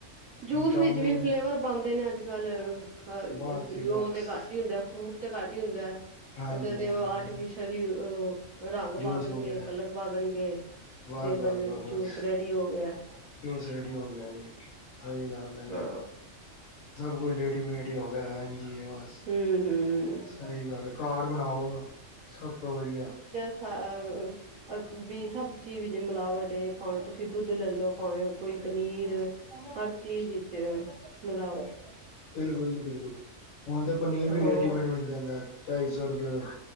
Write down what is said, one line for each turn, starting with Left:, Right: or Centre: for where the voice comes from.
Right: ਜੂਸ
Left: ਚਾਊਮਿਨ
Right: ਵਿੱਚ ਵੀ ਫਲੇਵਰ ਪਾਂਦੇ ਨੇ ਅੱਜ ਕੱਲ੍ਹ ਹ
Left: ਬਸ ਜੀ ਬਸ
Right: ਉਹ ਤੇ ਘੱਟ ਹੀ ਹੁੰਦਾ, ਫਰੂਟ ਤੇ ਘੱਟ ਹੀ ਹੁੰਦਾ ਹੈ,
Left: ਹਾਂਜੀ
Right: ਅੱਧੇ
Left: ਹਾਂਜੀ
Right: ਤੇ ਉਹ ਆਰਟੀਫਿਸ਼ਲ ਚੱਲੀ ਔਹ ਰੰਗ
Left: ਜੂਸ
Right: ਪਾ ਦੇਣਗੇ
Left: ਹੋ ਗਿਆ
Right: ਕਲਰ ਪਾ ਦੇਣਗੇ,
Left: ਬਸ
Right: ਤੇ
Left: ਬਸ ਬਸ ਬਸ
Right: ਜੂਸ ਰੈਡੀ ਹੋ ਗਿਆ
Left: ਜੂਸ ਰਡੀ ਹੋ ਗਿਆ ਜੀ, ਸਹੀ ਗੱਲ ਐ ਜੀ
Right: ਹਾਂ
Left: ਏ ਸਭ ਕੁਝ ਰੇਡੀ ਮੇਡ ਹੀ ਹੋ ਗਯਾ ਐਂਜ ਈ ਹੈ ਬਸ
Right: ਹੂੰ ਹੂੰ
Left: ਸਹੀ ਗੱਲ ਐ, ਘਾਰ ਬਣਾਓ ਸਭ ਤੋਂ ਵਧੀਆ
Right: <unintelligible> ਆ ਵੀ ਸਬ ਚੀਜ਼ ਵੀ ਮਿਲਾਵਟ ਭਾਵੇਂ ਤੁਸੀਂ ਦੁੱਧ ਲੈਲੋ ਭਾਵੇਂ ਕੋਈ ਪਨੀਰ ਹਰ ਚੀਜ਼ ਵਿੱਚ ਮਿਲਾਵਟ
Left: ਬਿਲਕੁਲ ਜੀ ਬਿਲਕੁਲ ਹੁਣ ਤਾਂ ਪਨੀਰ ਵੀ
Right: ਹਾਂ
Left: ਰੈਡੀਮੇਡ ਮਿਲ ਜਾਂਦਾ ਢਾਈ ਸੌ ਰੁਪਏ ਦਾ